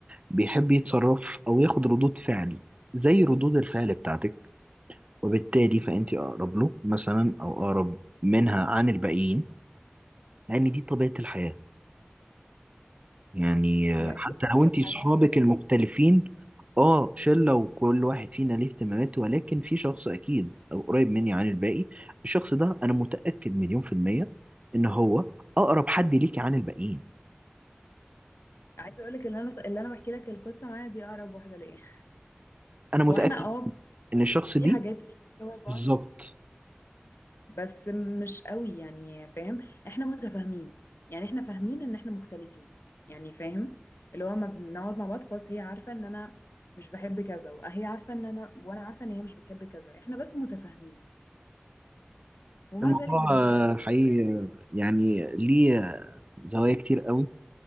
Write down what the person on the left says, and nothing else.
هي اكيد
شبهي
في
حاجات يعني
عايزه اقول لك اللي انا اللي انا بحكي لك القصه معايا دي اقرب واحده ليا
هو احنا اه
في
حاجات فيه شبه بعض
بس مش قوي يعني فاهم احنا متفاهمين يعني احنا فاهمين ان احنا مختلفين يعني فاهم اللي هو ما بنقعد مع بعض خلاص هي عارفة ان انا مش بحب كذا وهي عارفة ان انا وانا عارفة ان هي مش بتحب كذا احنا بس متفاهمين ومع
ذلك بنشتبك
برضه يعني